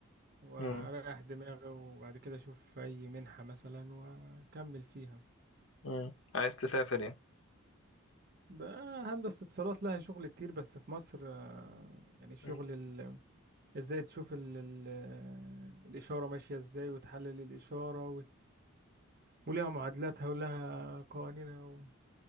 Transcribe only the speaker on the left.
مم.
مم. عايز تسافر يعني
مم.